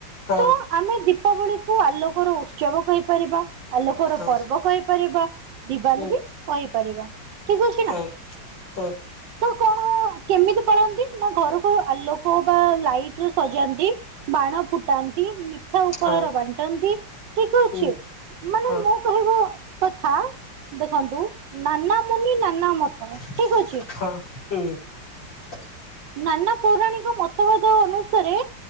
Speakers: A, on the left; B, on the right.
A: ହଁ
B: ତ ଆମେ ଦୀପାବଳିକୁୁ ଆଲୋକର ଉତ୍ସବ କହିପାରିବା। ଆଲୋକର
A: ହଁ
B: ପର୍ବ କହିପାରିବା, ଦିିବାଲୀ
A: ହଁ
B: ବି କହିପାରିବା ଠିକ୍ ଅଛି
A: ହଁ
B: ନା।
A: ହଁ।
B: ତ କଣ କେମିତି ପାଳନ ନ୍ତି ନା ଘରକୁ ଆଲୋକ ବା ଲାଇଟ୍ ରେ ସଜାନ୍ତି ବାଣ ଫୁଟାନ୍ତି, ମି ଠା ଉପହାର
A: ହଁ
B: ବାଣ୍ଟନ୍ତି, ଠିକ୍ ଅଛି,
A: ହଁ
B: ମାନେ
A: ହଁ
B: ମୁଁ କହିବା କଥା ଦେଖନ୍ତୁ ନାନା ମୁୁନି ନାନା ମତ
A: ହଁ
B: ଠିକ ଅଛି।
A: <unintelligible>
B: ନାନା ପୌରାଣିକ ମତଭେଦ ଅନୁସାରେ